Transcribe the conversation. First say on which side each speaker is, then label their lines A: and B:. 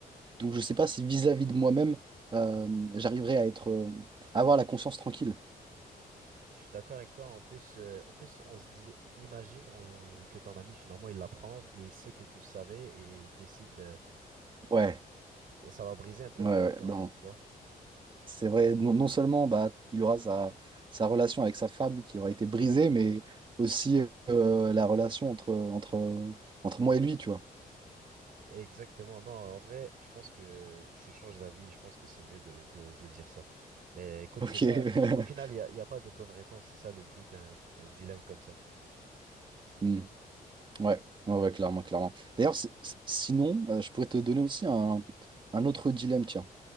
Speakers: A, on the right; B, on the right.
A: Donc, je sais pas si vis-à-vis de moi-même, euh, j'arriverais à être, euh, à avoir la conscience tranquille.
B: Je suis d'accord avec toi. En plus, euh, en plus, on se dit, imagine on- euh, que ton ami finalement il l'apprend et il sait que tu savais et il décide. euh,
A: Ouais,
B: ça va briser un peu
A: ouais,
B: la
A: ouais,
B: confiance,
A: non.
B: tu vois.
A: C'est vrai, non, non seulement bah, il aura sa, sa relation avec sa femme qui aura été brisée, mais aussi euh, la relation entre, entre, entre moi et lui, tu vois.
B: Exactement, non, en vrai, je pense que je change d'avis, je pense que c'est mieux de, de, de dire ça. Mais écoute,
A: Ok.
B: c'est ça,
A: <laughs>
B: au final, il n'y a, il y a pas de bonne réponse, c'est ça le but d'un d'un dilemme comme ça.
A: Hmm. Ouais. Ouais, ouais, clairement, clairement. D'ailleurs, c'est- c'est- sinon, euh, je pourrais te donner aussi un, un autre dilemme, tiens.